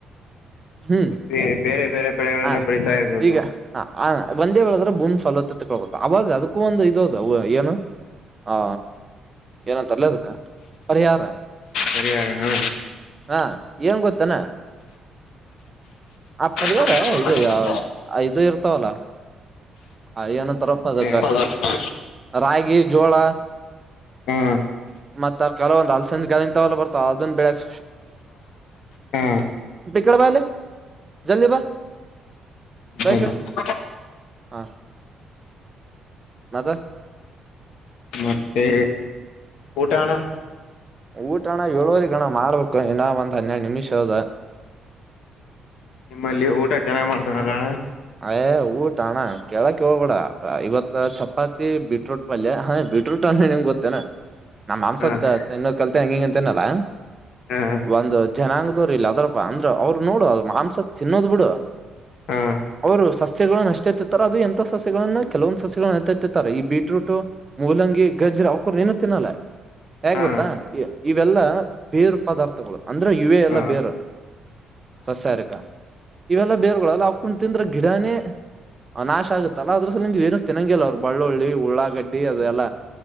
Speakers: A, on the right; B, on the left.
A: ಹ್ಮ್
B: ಬೇ ಬೇರೆ ಬೇರೆ ಪಡೆೆಗಳನ್ನ
A: ಹ
B: ಪಡತಾ ಇರ್ಬೇಕು
A: ಈಗ ಒಂದೇ ಬದ್ರೆ ಬೂನ್ ಫಾಲ್ತ್ತ ತಕೊಕೋತ ಅವಾಗ ಅದಕ್ಕೂ ಒಂದು ಇದದ ಏನು ಆ ಏನಂತರ್ಲ ಅದಕ್ಕ ಪರಿಹಾರ
B: ಪರಿಹಾರ ಹಾ
A: ಹಾ ಏನ್ ಗೊತ್ತನಾ ಆ ಪರಿಹಾರ
B: ಹಾ
A: ಇದು
B: ಬೆಳೆ
A: ಇದು ಇರ್ ತಲ ಹ ಏನಂತರಪ್ಪ ಅದ
B: ಪರಿಹಾರ.
A: ರಾಗಿ ಜೋಳ
B: ಹಾ
A: ಮತ್ತ ಕೆಲವೊಂದ್ ಅಲ್ಸಂದ ಕೆಾಲ ಇಂತಲ್ಲ ಬರ್ತಾವ ಅದನ್ನ ಬೆಳಗ್
B: ಹ್ಮ್
A: ಕಡಬಲೆ ಜಲಿ ಬ ಬಾಯಕಡೆ
B: ಮತ್ತೆ
A: ಹಾ ನದು
B: ಮತ್ತೆ ಕಊಟಣ
A: ಊಟ ಹಣ ಏಳುವರಿ ಗಣ ಮಾಡ್ಬೇಕು ಇನ ಒಂದ್ ಹನ್ನೆರಡು ನಿಮಿಷ ಅದ
B: ನಿಮ್ಮಲ್ಲಿ ಊಟ ಚೆನ್ನಾಗ್ ಮಾಡ್ತಾರಲ್ಲ
A: ಯ ಊಟ ಅಣ ಕೇಳಕ್ ಹೋಗ್ಬೇಡ ಇವತ್ ಚಪಾತಿ ಬಿೀಟ್ರೂಟ್ ಪಲ್ಯ ಹ ಬಿೀಟ್ರೂಟ್ ಅಂದ ನಿಮ್ಗೆ ಗೊತ್ತೇನಾ ನಮ್ಮ್
B: ಅಣ್ಣ
A: ಮಾಂಸತ್ ಇನ್ನ ಕಲ್ಸ ್ಯಾಂಗಿಂಗ ಅಂತನಲ್ಲಾ
B: ಹಾ
A: ಒಂದು ಜನಾಂಗದವ್ರ ಇಲ್ಲ ಅದ್ರಪ್ಪ ಅಂದ್ರ ಅವ್ರು ನೋಡು ಮಾಂಸ ತಿನ್ನೋದ್ ಬಿಡು
B: ಹಾ
A: ಅವರು ಸಸ್ಯಗಳನ್ನ ಅಷ್ಟೇತಿತ್ತಾರೆ ಅದು ಎಂತ ಸಸ್ಯಗಳನ್ನ ಕೆಲವೊಂದ್ ಸಸ್ಯಗಳನ್ನ ಅಾತಿತ್ತಾರೆ ಈ ಬೀಟ್ರೂಟ ಮೂಲಂಗಿ ಗಜ್ರ ಅವಕರು ಏನು ತಿನ್ನಲ್ಲ ಹೇ
B: ಹಾ
A: ಗೊತ್ತಾ ಇವೆಲ್ಲಾ ಬೇರ್ ಪದಾರ್ಥಗಳು ಅಂದ್ರೆ ಯು ಎ ಎಲ್ಲ
B: ಹಾ
A: ಬೇರ್ ಸಸಾರಿಕ ಇವೆಲ್ಲ ಬೇರ್ಗಳಲ್ಲ ಅವಕಂಟ ತಿಂದ್ರ ಗಿಡನೇ ಅ ನಾಶ ಆಗುತ್ತಲ್ಲ ಅದ್ರ ಸಲ ನಿ ಏನು ತಿೆನ್ನಂಗಿಲ್ಲ ಅವರು ಬಳ್ಳುಳ್ಳಿ ಉಳ್ಳಾಗಡ್ಡಿ ಅದೆಲ್ಲ